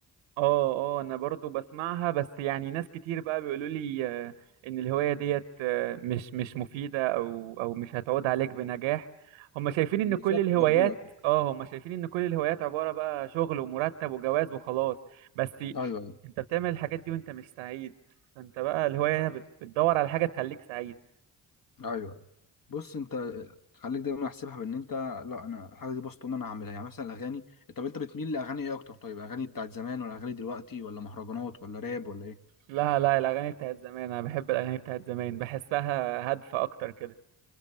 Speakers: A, on the right (about 80°); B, on the left (about 45°).
A: اه اه انا برضو بسمعها بس يعني ناس كتير بقى بيقولوا لي آه، ان الهواية ديت آه، مش مش مفيدة او او مش هتعود عليك بنجاح هم شايفين ان
B: بالظبط
A: كل الهوايات
B: ده حقيقة فعلا.
A: اه هم شايفين ان كل الهوايات عبارة بقى شغل ومرتب وجواز وخلاص بس
B: ايوه ايوه
A: انت بتعمل الحاجات دي وانت مش سعيد فانت بقى الهواية بت- بتدور على حاجة تخليك سعيد
B: ايوه بص انت خليك دايما احسبها بان انت لا انا الحاجه دي بسطون انا هعملها يعني مثلا الاغاني طب انت بتميل لاغاني ايه اكتر طيب اغاني بتاعت زمان ولا اغاني دلوقتي ولا مهرجانات ولا راب ولا ايه
A: لا لا الاغاني بتاعت زمان انا بحب الاغاني بتاعت زمان بحسها هادفة اكتر كده